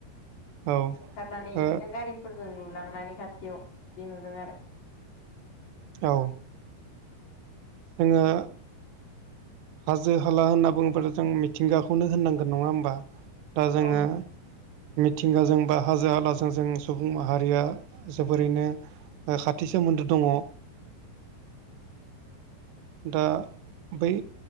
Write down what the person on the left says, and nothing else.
ओंखारनानै
बिदिनो गारिफोरजों नुलांनानै खाथियाव बिदि नुदों आरो
औ